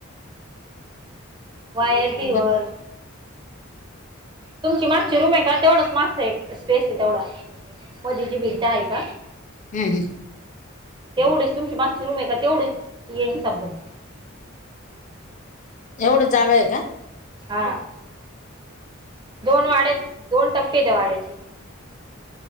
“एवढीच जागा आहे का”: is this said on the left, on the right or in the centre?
Left